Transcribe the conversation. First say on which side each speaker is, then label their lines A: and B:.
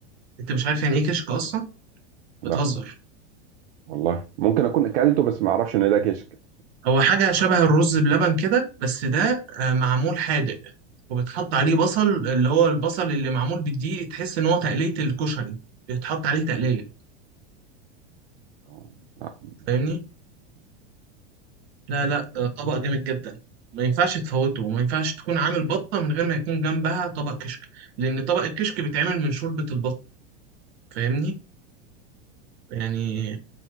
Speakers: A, on the right (about 65°); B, on the right (about 85°).
A: انت مش عارف يعني ايه كشك اصلا
B: لا
A: بتهزر
B: والله ممكن اكون اكلته بس ما اعرفش ان ده كشك
A: هو حاجة شبه الرز بلبن كده بس ده آه، معمول حادق وبتحط عليه بصل اللي هو البصل اللي معمول بالدقيق تحس إن هو تقلية الكشري بيتحط عليه تقلية
B: آه، لا ما أظنش.
A: فاهمني؟ لا لا ده طبق جامد جدا ما ينفعش تفوته وما ينفعش تكون عامل بطة من غير ما يكون جنبها طبق كشك لأن طبق الكشك بيتعمل من شوربة البط فاهمني؟ يعني